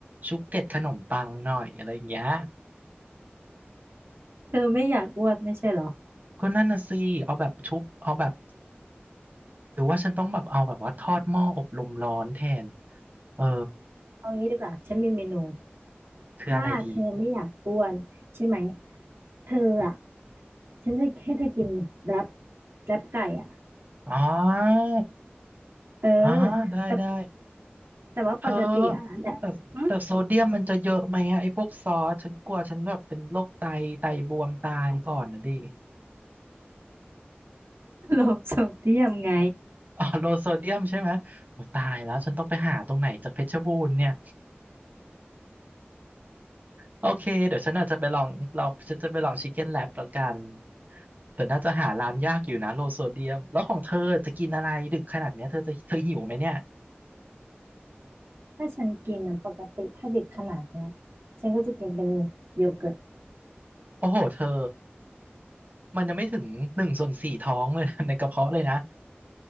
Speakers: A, on the right; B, on the right.
A: ชุบเกล็ดขนมปังหน่อยอะไรอย่างเงี้ย
B: เธอไม่อยากอ้วนไม่ใช่เหรอ
A: ก็นั่นน่ะสิเอาแบบชุบเอาแบบ หรือว่าฉันต้องแบบเอาแบบว่าทอดหม้ออบลมร้อนแทนเออ
B: เอางี้ดีกว่าฉันมีเมนู
A: คืออะไรดี
B: ถ้าเธอไม่อยากอ้วนใช่ไหมเธออ่ะ ฉันจะให้เธอกินแรปแรปไก่อ่ะ
A: อ๋อ
B: เออ
A: อ๋อได้ได้
B: แต่แต่ว่าปกติอ่ะแหละหึ
A: เธอแต่แต่โซเดียมมันจะเยอะไหมอะไอ้พวกซอสฉันกลัวฉันแบบเป็นโรคไตไตบวมตายก่อนนะดิ
B: โลบสมเทียมไง
A: <laughs> อ๋อโลโซเดียมใช่ไหมโอ้ตายแล้วฉันต้องไปหาตรงไหนจากเพชรบูรณ์เนี่ยโอเคเดี๋ยวฉันอาจจะไปลองลองฉันจะไปลองชิคเก้นแลบแล้วกันแต่น่าจะหาร้านยากอยู่นะโลโซเดียมแล้วของเธอจะกินอะไรดึกขนาดเนี้ยเธอจะเธอหิวไหมเนี่ย
B: ถ้าฉันกินนะปกติถ้าเด็กขนาดเนี้ยฉันก็จะกินเป็นโยเกิร์ต
A: โอ้โหเธอมันยังไม่ถึงหนึ่งส่วนสี่ท้องเลยนะ <laughs> ในกระเพาะเลยนะ